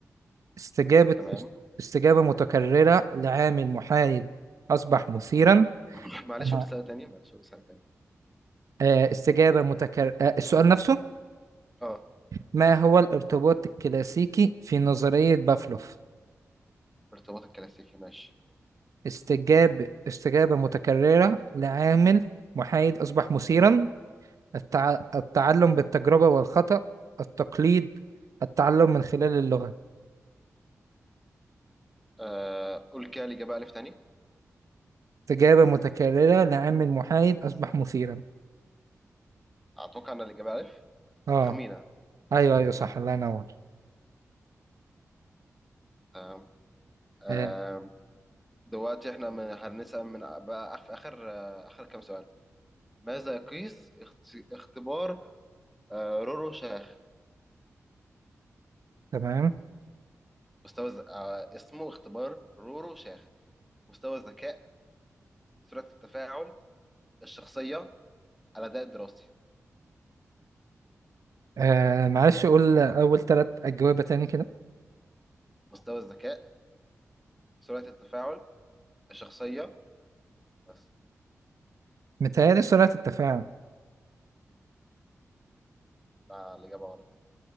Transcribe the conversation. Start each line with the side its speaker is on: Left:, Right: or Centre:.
Right: استجابة
Centre: تمام
Right: استجابة متكررة لعامل محايد أصبح مثيرا
Centre: <laughs> معلش
Right: أها.
Centre: قول سؤال تاني معلش قول سؤال تاني
Right: آه، استجابة متكررة السؤال نفسه
Centre: اه
Right: ما هو الارتباط الكلاسيكي في نظرية بافلوف
Centre: ارتباط الكلاسيكي ماشي
Right: استجاب استجابة متكررة لعامل محايد أصبح مثيرا التع... التعلم بالتجربة والخطأ التقليد التعلم من خلال اللغة
Centre: آه قول كده الإجابة ألف تاني
Right: استجابة متكررة لعامل محايد أصبح مثيرا
Centre: أتوقع إن الإجابة ألف
Right: اه
Centre: تخمينة
Right: ايوه ايوه صح الله ينور
Centre: آه آه
Right: آه.
Centre: دلوقتي إحنا من هنسأل من بقى في آخر آه آخر كام سؤال ماذا يقيس اخت- اختبار آه رورو شاخ
Right: تمام
Centre: مستوى الز- آه اسمه اختبار رورو شاخ مستوى الذكاء سرعة التفاعل الشخصية الأداء الدراسي
Right: آه معلش قول أول ثلاث أجوبة تاني كده
Centre: مستوى الذكاء سرعة التفاعل الشخصية بس
Right: متهيألي سرعة التفاعل
Centre: لا الإجابة غلط